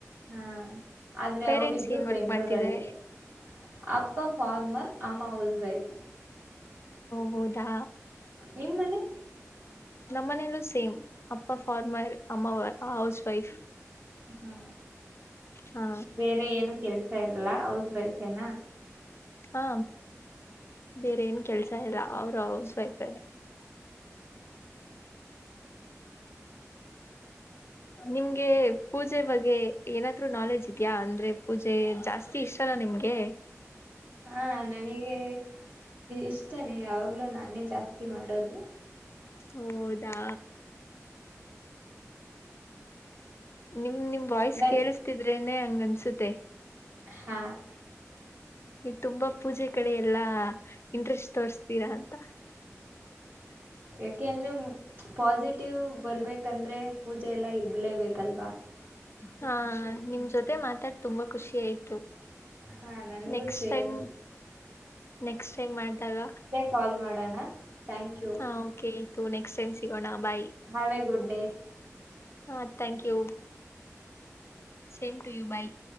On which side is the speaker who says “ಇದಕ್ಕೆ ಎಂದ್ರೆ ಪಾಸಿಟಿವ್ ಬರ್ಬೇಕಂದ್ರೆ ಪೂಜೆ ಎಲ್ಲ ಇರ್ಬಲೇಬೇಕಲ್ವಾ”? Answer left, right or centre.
Right